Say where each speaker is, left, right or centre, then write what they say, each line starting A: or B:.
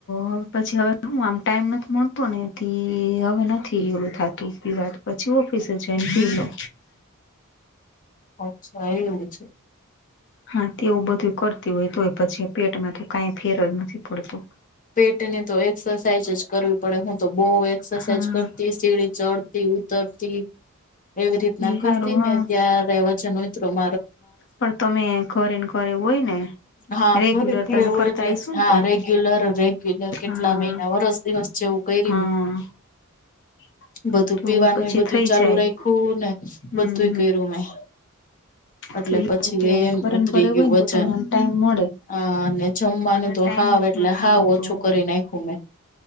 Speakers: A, on the left; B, on the left.
A: હવે પછી હવે આમ ટાઈમ નથી મળતો ને એથી હવે નથી ઓલુ થાતું. પછી ઓફિસે જોઈન <inaudible> કરી લો.
B: અચ્છા એવું છે?
A: હા તેવું બધું કર તી હોય તો પછી પેટમાં તો કંઈ ફેર જ નથી પડતો.
B: પેટની તો એક્સરસાઇઝ જ કરવી પડે હું તો બહુ એક્સરસાઇઝ
A: હા
B: કરતી. સીડી ચડતી ઉતરતી એવી રીતે
A: એ
B: કરતી
A: હારું હા
B: અને ત્યારે વજન ઓછું
A: પણ તમે ઘરે ને ઘરે હોય ને
B: <unintelligible> હા
A: રેગ્યુલર
B: ખરેખરે
A: તમે
B: એવું
A: કરતા
B: એટલે
A: આવીશું ને
B: હા
A: પણ
B: રેગ્યુલર કેટલા કેટલા
A: હા
B: મહિના વર્ષ દિવસ જેવું કેયરીયુ
A: હા
B: તું.
A: <unintelligible>
B: બધું
A: તો
B: પીવાનું
A: પછી
B: બધું
A: થઈ
B: ચાલુ
A: જાય
B: રાખ્યું ને
A: હમ
B: બધું કર્યું મેં.
A: હમ
B: એટલે પછી
A: તો
B: એ એમ
A: ઘરે
B: ઉતરી
A: ને ઘરે
B: ગયું
A: હોય
B: વજન
A: ને તો તમને આમ ટાઈમ મળે
B: હા જમવાનું
A: મને
B: તો
A: ટાઈમ
B: હાવ
A: જ
B: એટલે
A: નથી
B: હાવ
A: મળતો
B: ઓછું કરી નાખ્યું મેં